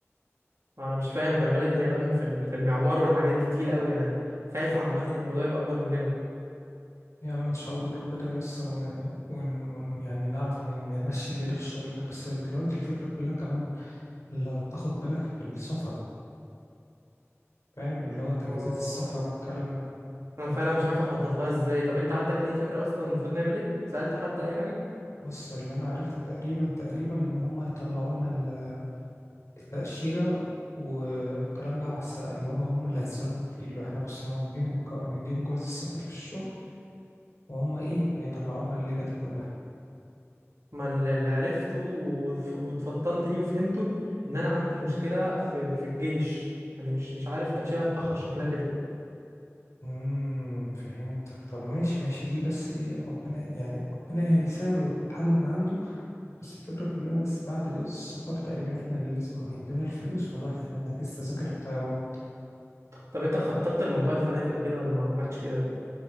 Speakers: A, on the right (about 80°); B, on the left (about 80°).
A: ما انا مش فاهم خلي بالك اليابان في ال- في المعمار والحاجات دي تقيل قوي انا خايف عامه ان الموضوع يبقى اكبر مننا
B: يا عم ان شاء الله ربنا ييسر ون... ون... ون... يعني نعرف ن- نمشي الليله في الشغل هناك بس دلوقتي الفكره كلها كمان لو تاخد بالك في السفر فاهم اللي هو تجهيزات
A: اه
B: السفر والكلام ده
A: انا فعلا مش عارف اخطط لها ازاي طب انت عندك اي فكره اصلا المفروض نعمل ايه سالت حد اي حاجه
B: بص اللي انا عرفته تقريبا تقريبا ان هم هيطلعوا لنا ال- التاشيره والكلام ده على الس... اللي هو هم اللي هيتصرفوا فيه اللي هو احنا بس هنديهم جو... نديهم جواز السفر في الشغل وهم ايه هيطلعوا لنا الليله دي كلها
A: ما الل- اللي عرفته وف- واتفطنت ليه وفهمته ان انا عندي مشكله في في الجيش يعني مش مش عارف تاشيره هتتاخر شكلها كده
B: امم فهمتك طب ماشي ماشي دي بس ايه ربنا يعني ربنا هيسهل ويتحل من عنده بس الفكرة كلها بس بعد جواز السفر تقريبا احنا اللي لازم هيدونا الفلوس ونروح احنا نحجز تذاكر الطيران
A: طب انت خططت لموضوع الفنادق وكده ولا ما عملتش كده